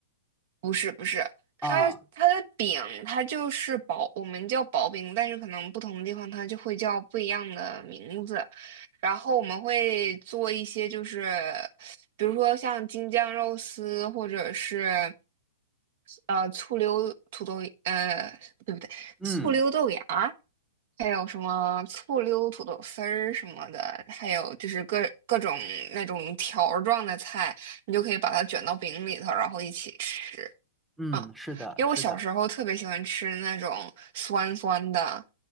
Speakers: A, on the right; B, in the centre.
A: 不是不是，它它的饼它就是薄，
B: 啊，
A: 我们叫薄饼，但是可能不同的地方它就会叫不一样的名字。然后我们会做一些，就是比如说像京酱肉丝，或者是呃醋溜土豆，呃不对不对，
B: 嗯
A: 醋溜豆芽儿还有什么醋溜土豆丝儿什么的，还有就是各各种那种条儿状的菜，你就可以把它卷到饼里头，然后一起吃。
B: 嗯，
A: 嗯，
B: 是的，
A: 因为我小时候特别喜欢吃那种酸酸的
B: 是的，